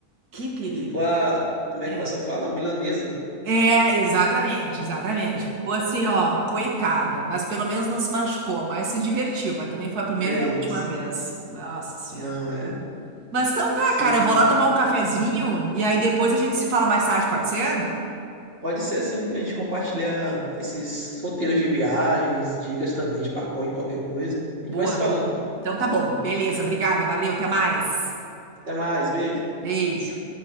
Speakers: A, on the right; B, on the right.
A: que perigo.
B: Ficou a. Como é
A: É.
B: que o pessoal fala? A milanesa.
A: É, exatamente, exatamente. Ficou assim, ó, coitada, mas pelo menos não se machucou, mas se divertiu, mas também foi a primeira
B: É
A: e a
B: isso.
A: última vez. Nossa Senhora.
B: Não, é.
A: Mas então tá,
B: Sim.
A: cara, eu vou lá tomar um cafezinho e aí depois a gente se fala mais tarde, pode ser?
B: Pode ser sim, a gente compartilhar esses roteiros de viagens, dicas também de pacote, qualquer coisa.
A: Boa,
B: A gente vai se falando.
A: boa. Então tá bom, beleza, obrigada, valeu, até mais.
B: Até mais, beijo.
A: Beijo.